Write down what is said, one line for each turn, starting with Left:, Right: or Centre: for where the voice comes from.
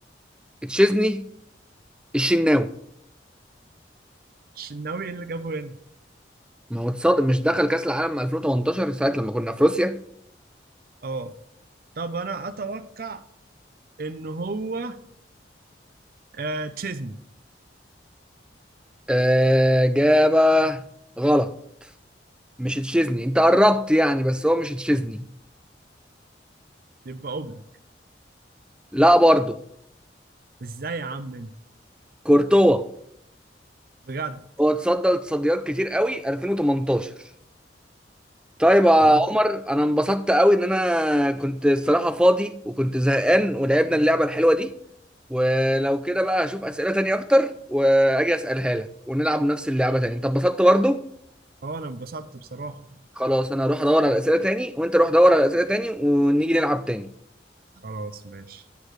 Centre: تشيزني الشناوي
Right: الشناوي اللي جابه هنا
Centre: ما هو تصدق مش دخل كأس العالم 2018 ساعة لما كنا في روسيا
Right: أه طب أنا أتوقع إن هو آه تشيزني
Centre: آه، إجابة غلط مش تشيزني أنت قربت يعني بس هو مش تشيزني
Right: يبقى أوبلاك
Centre: لا برضه
Right: إزاي يا عم أنت
Centre: كورتوا
Right: بجد
Centre: هو تصدى لتصديات كتير قوي 2018 طيب يا
Right: خلاص
Centre: عمر انا انبسطت قوي ان انا كنت الصراحه فاضي وكنت زهقان ولعبنا اللعبه الحلوه دي ولو كده بقى هشوف اسئله تانية اكتر واجي اسالها لك ونلعب نفس اللعبه تاني انت انبسطت برضو
Right: هو أنا انبسطت بصراحة
Centre: خلاص انا هروح ادور على اسئله تاني وانت روح دور على اسئله تاني ونيجي نلعب تاني
Right: خلاص ماشي